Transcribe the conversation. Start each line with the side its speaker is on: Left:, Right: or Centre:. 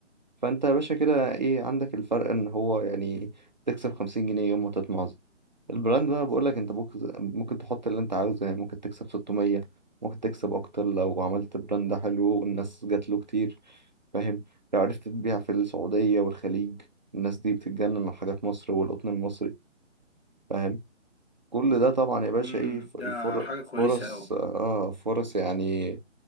Right: فانت يا باشا كده ايه عندك الفرق ان هو يعني تكسب 50 جنيه يوم ما تطمع البراند بقى بقول لك انت ممكن ممكن تحط اللي انت عاوزه يعني ممكن تكسب 600 ممكن تكسب اكتر لو عملت براند حلو والناس جات له كتير فاهم لو عرفت تبيع في السعودية والخليج الناس دي بتتجنن على حاجات مصر والقطن المصري فاهم كل ده طبعا يا باشا
Left: امم
Right: ايه ف- فر-
Left: ده حاجه كويسه
Right: فرص
Left: قوي
Right: اه فرص يعني